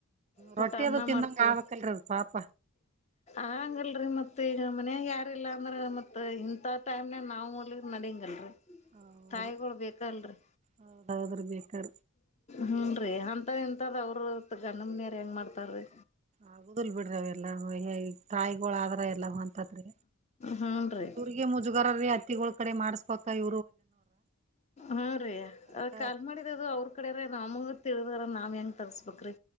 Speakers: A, on the left; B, on the right.
A: ಸಪ್ಪ
B: ರೊಟ್ಟಿ
A: ಅನ್ನ
B: ಅದು ತಿಂದಂಗ
A: ಮಾಡ್ಕೊಳದ್
B: ಆಗ್ಬೇಕಲ್ರಿ ಅದ ಪಾಪ
A: ಆಗಗಿಲ್ರಿ ಮತ್ತೆ ಮನ್ಯಾಗಾರಿಲ್ಲ ಅಂದ್ರೆ ಮತ್ತೆ ಇಂಥ ಟೈಮ್ನ ನಾವುಲ್ಲಿ ನಡಂಗಿಲ್ರಿ.
B: ಹೌದ್ರಿ
A: ತಾಯಿಗಳು ಬೇಕಲ್ರಿ.
B: ಹೌದೌದ್ರಿ ಬೇಕಾರ
A: ಹ್ಮ್ ನ್ರಿ ಏ ಅಂತದ್ ಇಂತದ್ ಅವ್ರ್ ಗಂಡನ್ಮನೇರ್ ಹೆಂಗ್ ಮಾಡ್ತಾರ್ರೀ.
B: ಆಗುದಿಲ್ ಬಿಡ್ರಿ ಅವೆಲ್ಲಾ ತಾಯಿಗೊಳಾದ್ರ ಎಲ್ಲಾ ಹೊಂತತ್ರಿ
A: ಹ್ಮ್ ರೀ
B: ಇವುರ್ಗೆ ಮುಜುಗರಾರೀ. ತ್ತಿಗೊಳ್ ಕಡೆ ಮಾಡ್ಸ್ಬೇಕ ಇ
A: ಹಾ ರೀ
B: ಅದಕ್ಕ
A: ಕಾಲ್ ಮಾಡಿದದು ಅವ್ರ್ ಕಡೆನೆ ನಮ್ಗು ತಿಳಿದಾರ ನಾವ್ ಹೆಂಗ ತರ್ಸ್ಬೇಕ್ರಿ.